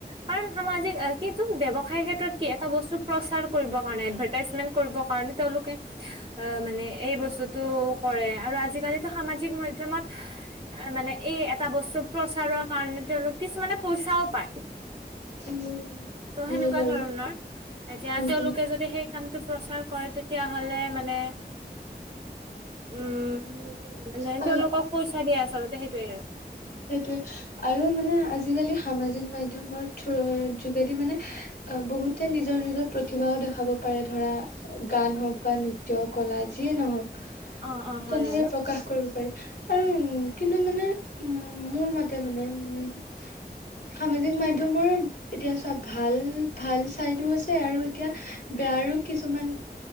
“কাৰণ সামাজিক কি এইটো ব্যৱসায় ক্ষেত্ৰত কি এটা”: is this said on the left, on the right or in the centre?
Right